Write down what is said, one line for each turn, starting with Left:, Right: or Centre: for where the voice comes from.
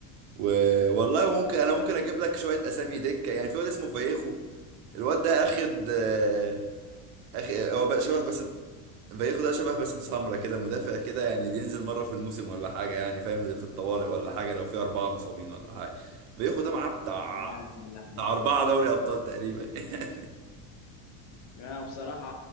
Right: و... والله
Left: انت
Right: وممكن انا ممكن اجيب لك شويه اسامي دكه يعني في واد اسمه فايخو الواد ده اخد آه، اخ هو
Left: لا
Right: بقى
Left: ما سمعتش
Right: شبه بس فايخو ده شبه باسم سمرة كده مدافع كده يعني ينزل مرة في الموسم ولا حاجة يعني فاهم في الطوارئ ولا حاجة لو في أربعة مصابين ولا حاجة فايخو ده معاه بتاع
Left: آه، عارف اللاعب
Right: بتاع أربعة دوري أبطال تقريبا <laughs>
Left: يعني بصراحة